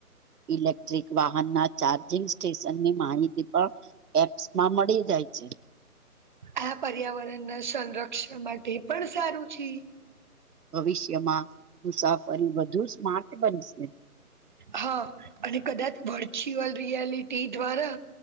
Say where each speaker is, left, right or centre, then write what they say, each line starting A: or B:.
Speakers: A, on the right (about 80°); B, on the right (about 30°).
A: ઇલેક્ટ્રિક વાહન ના ચાર્જિંગ સ્ટેશન ની માહિતી પણ એપ્સ માં મળી જાય છે.
B: આ પર્યાવરણ ના સંરક્ષણ માટે પણ સારું છી.
A: ભવિષ્યમાં મુસાફરી વધુ સ્માર્ટ બનશે.
B: હા, અને કદાચ વર્ચ્યુઅલ રિયાલટી દ્વારા